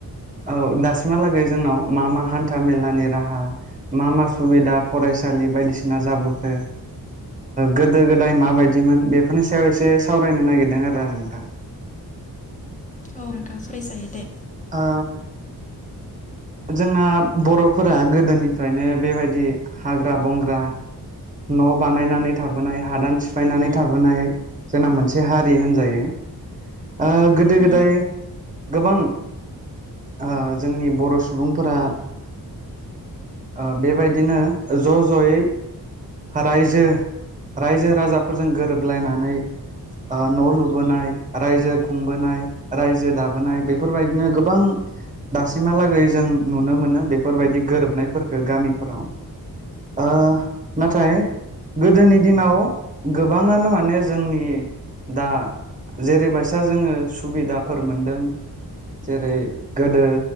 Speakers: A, on the right; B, on the left.
A: औ दासिमहालागै जोंनाव मा मा हान्था मेलानि राहा मा मा सुबिदा फरायसालि बायदिसिना जाबोखो गोदाय मा बायदिमोन बेफोरनि सायाव एसे साव रायनो नागिरदों आरो आं नोंथां
B: औ नोंथां सावराय जायो दे
A: ओ जोंना बर'फोरा गोदोनिफ्रायनो बेबायदि हाग्रा बंग्रा न' बानायनानै थाबोनाय हादान सिफायनानै थाबोनाय जोंना मोनसे हारि होनजायो ओ गोदो गोदाय
B: उम
A: गोबां ओ जोंनि बर' सुबुंफोरा ओ बेबायदिनो ज' ज'यै रायजो रायजो राजाफोरजों गोरोबलायनानै ओ न' लुबोनाय, रायजो खुंबोनाय, रायजो दाबोनाय, बेफोरबायदिनो गोबां दासिमहालागै जों नुनो मोनो बेफोरबायदि गोरोबनायफोरखो गामिफोराव। ओ नाथाय गोदोनि दिनाव गोबाङानो माने जोंनि दा जेरैबायसा जोङो सुबिदाफोर मोनदों जेरै गोदो